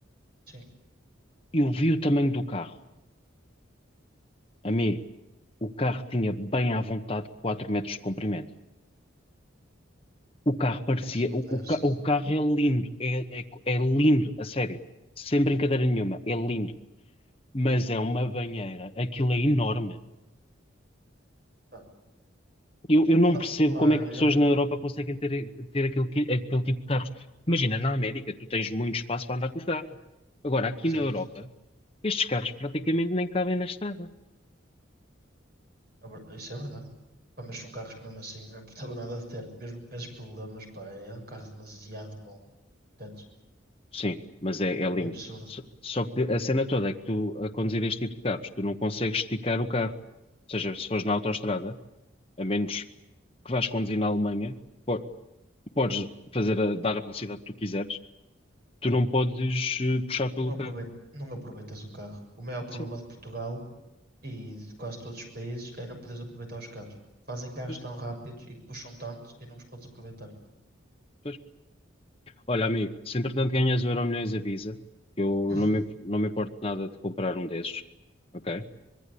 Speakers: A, on the right; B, on the left.
A: sim,
B: Eu vi o tamanho do carro, amigo. O carro tinha bem à vontade 4 metros de comprimento. O carro parecia.
A: é absurdo,
B: O,
A: é
B: o
A: absurdo.
B: ca- o carro é lindo, é, é, é lindo, a sério. Sem brincadeira nenhuma, é lindo. Mas é uma banheira, aquilo é enorme.
A: Pá,
B: Eu, eu
A: porque
B: não
A: lá,
B: percebo
A: lá
B: como é
A: é
B: que
A: melhor.
B: pessoas na Europa conseguem ter, ter aquele, qui- aquele tipo de carros. Imagina, na América, tu tens muito espaço para andar com o carro. Agora, aqui
A: Exato.
B: na Europa, estes carros praticamente nem cabem na estrada.
A: A ver- Isso é verdade. Pá, mas são carros que mesmo assim não importava nada de ter. Mesmo com esses problemas, pá, é um carro demasiado bom. Portanto,
B: Sim, mas é, é lindo.
A: é absurdo.
B: Só, só que a cena toda é que tu, a conduzir este tipo de carros, tu não consegues esticar o carro. Ou seja, se fores na autoestrada, a menos que vás conduzir na Alemanha, po- podes fazer a- dar a velocidade que tu quiseres, tu não podes eh, puxar pelo
A: Não aproveit-
B: carro.
A: não aproveitas o carro. O maior problema
B: Sim,
A: de Portugal e de quase todos os países é não poderes aproveitar os carros. Fazem carros
B: pois,
A: tão rápidos e que puxam tanto e não os podes aproveitar.
B: pois. Olha, amigo, se entretanto ganhas o Euromilhões, avisa. que Eu
A: <laughs>
B: não me, não me importo nada de comprar um desses, ok?